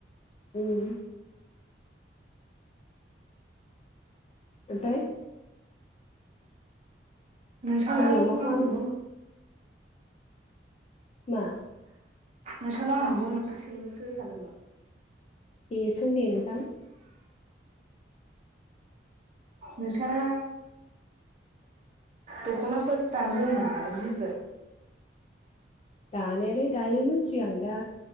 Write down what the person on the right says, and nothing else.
नोंथांनाव
आंबो
नोंथाङा आं माबा मोनसे सोंनोसो सानदोंमोन।
नोंथाङा दख'नाफोर दानो रोङो ना जिफोर।